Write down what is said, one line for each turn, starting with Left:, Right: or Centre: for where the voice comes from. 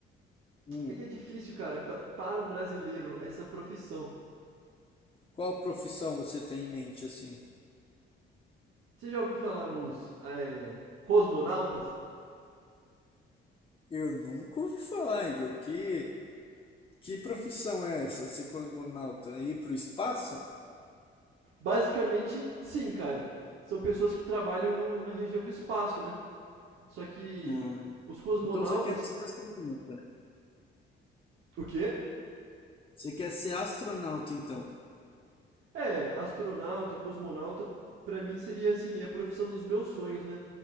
Left: Hum.
Right: É que é difícil, cara, pa- para um brasileiro essa profissão.
Left: Qual profissão você tem em mente assim?
Right: Você já ouviu falar nos é, cosmonautas?
Left: Eu nunca ouvi falar, Igor. Que que profissão é essa? Ser cosmonauta? Ir pro espaço?
Right: Basicamente, sim, cara. São pessoas que trabalham no- na região do espaço, né? Só que
Left: Ah,
Right: os cosmonautas.
Left: então você quer ser astronauta?
Right: O quê?
Left: Você quer ser astronauta, então?
Right: É, astronauta, cosmonauta, pra mim seria assim, a profissão dos meus sonhos, né?